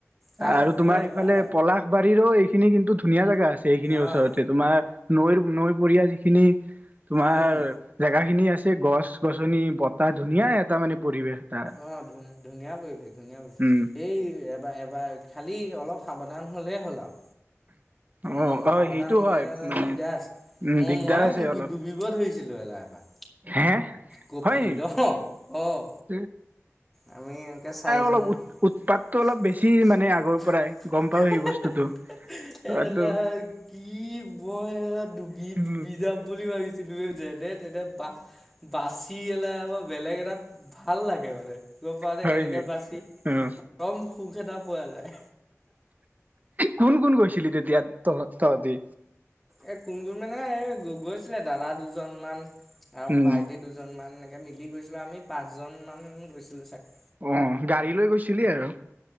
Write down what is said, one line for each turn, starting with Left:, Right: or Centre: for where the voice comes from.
Centre: তাত
Right: আৰু
Centre: গৈ
Right: তোমাৰ
Centre: এবাৰ
Right: ইফালে পলাশবাৰীৰ ঐ খিনি কিন্তু ধুনীয়া জেগা। ছে, খিনিৰ
Centre: অঁ
Right: ওচৰতে তোমাৰ নৈৰ, নৈ পৰীয়া যি খিনি তোমাৰ
Centre: উম
Right: জেগা খিনি আছ গছ গছনি বতাহ ধুনীয়া এটা মানে পৰিৱেশ তাত
Centre: অ ধুন ধুনীয়া পৰিৱেশ ধুনীয়া পৰিবেশ
Right: উম
Centre: এই বা এবাৰ খালী অলপ সাৱধান হ'লেই হ'ল আও
Right: অ
Centre: উম
Right: অ
Centre: সাৱধান
Right: সেইটো
Centre: নহ'লেমানে
Right: হয় মানে
Centre: দিগদাৰ আছে
Right: উম
Centre: মই
Right: দিগদাৰ
Centre: মইয়ে
Right: আছে
Centre: ডুবি
Right: অলপ
Centre: ডুবিব ধৰিছিলোঁ ল এলাই এবাৰ
Right: হে
Centre: কপিলিত
Right: হয়
Centre: অঁ অঁ
Right: নি
Centre: আমি এনেকে চাৰিজন
Right: অলপ
Centre: মা--এলা
Right: উৎ উৎপাতটো অলপ বেছি মানে আগৰ পৰাই গম পাও সেই বস্তুটো তইতো
Centre: কি মই ডুবি
Right: উম
Centre: ডুবি যাম বুলি ভাবিছিলো ব যে হে তেতে বা বাচি এ লাই বেলেগ এটা ভাল লাগে একেবাৰে গ পাৰে
Right: হয়
Centre: এনেকে
Right: নেকি
Centre: বাচি
Right: উম
Centre: পৰম সুখ এটা পোৱা যায়
Right: কোন কোন গৈছিলি তেতিয়া তহ তহতি
Centre: এ কোন কোন মানে এই গৈছিলে দাদা দুজনমান আৰু
Right: উম
Centre: ভাইটি দুজনমান এ মিলি গৈছিলোঁ আমি পাঁচজনমান গৈছিলোঁ চাগ
Right: অ গাড়ী লৈ গৈছিলি আৰু